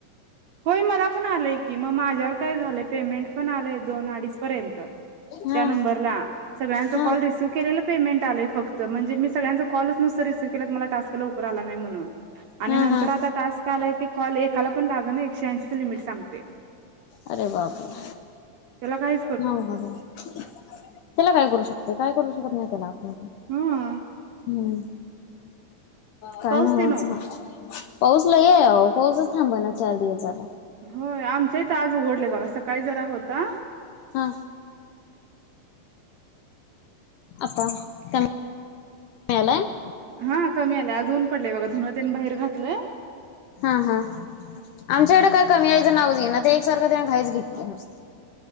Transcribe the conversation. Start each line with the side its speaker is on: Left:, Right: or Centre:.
Right: होय मला पण आलय की मग माझ्यावर काय झालय. पेमेंट पण आलय दोन अडीच पर्यंत
Left: हा
Right: त्या नंबर ला. संगल्याच
Left: हा
Right: कॉल रिसिइव्ह केले पेमेंट आले फक्त, म्हणजे मी सगळचचा कॉलच नसत रिसीव केलत मला टास्क लवकर आला नाही म्हणून. आणि
Left: हा
Right: नंतर
Left: हा
Right: आता टास्क आला ते, कॉल एकाला पण लाग ना एकशे ऐंशीच लिमिट सांगते.
Left: अरे बापरे.
Right: त्याला काय
Left: हो हो हो त्याला काय करू शकते. काय करू शकत नाही त्याला आपण.
Right: हा
Left: हम्म काय
Right: पाऊस
Left: नाय
Right: ते
Left: व्हायच
Right: नो
Left: म. पाऊस लईये ओ पाऊसच थांबा ना. चार दिवस झाला.
Right: होय आमच्या हीत आज उघडले बघा. सकाळी जरा होता.
Left: हा. आता कमी मिळालाय <inaudible>
Right: हा कमी आले आज ऊन पडले बघा. धुन तेन बाहेर घातलंय
Left: हा हा. आमच्याकडे काय कमी यायचं नावच घेईणा. एकसारखं त्यांने घाईच घेतली नुसते.